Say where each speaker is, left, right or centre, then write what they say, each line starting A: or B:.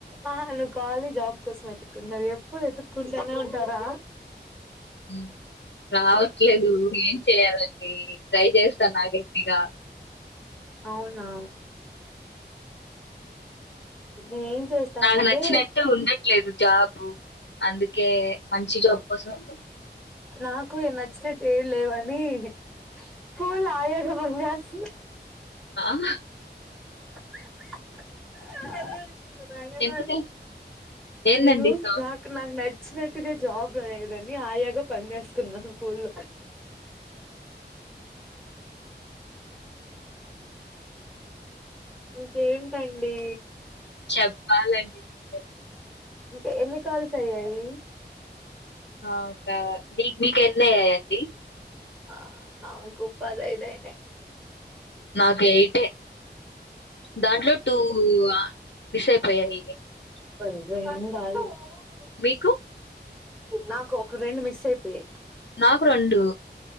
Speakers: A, in the centre; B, on the left.
A: ఆ నువ్వు కాలి జాబ్ కోసం ఎతుక్కున్నది ఎప్పుడు ఎతుక్కుంటానే ఉంటారా
B: ఊ రావట్లేదు ఏం చేయాలండీ ట్రై చేస్త్ స్తన్నా గట్టిగా
A: అవునా నేనేం చేస్తానంటే
B: నాకు నచ్చినట్టు ఉండట్లేదు జాబు అందుకే మంచి జాబ్ కోసం
A: నాకూ నచ్చినట్టు ఏవ్ లేవని స్కూల్ల ఆయాగ పని చేస్సున్న
B: ఆ హ
A: <unintelligible> అంగన్వాడి
B: ఎందుక ఏందండి
A: నేనూస్
B: సౌండ్
A: నాక్ నాక్ న వచ్చినట్టుగా జాబ్ లేదని ఆయాగా పని చేేసుకున్నా స్కూల్లో ఇంకేంటండి
B: చెప్పాలండి <inaudible> రే
A: ఇంక ఎన్ని కాల్స్ అయ్యాయి
B: నాకా మీక్ మీక్ ఎన్నయ్యాయండి
A: ఆ నాకు పాదైదు అయినయ్
B: నాకు ఎయిటే దాంట్లో టూ ఆ మిస్ అయిపోయాయ్
A: <unintelligible>
B: మీకు
A: నాకు ఒక రెండు మిస్ అయిపోయయ్
B: నాకు రెండు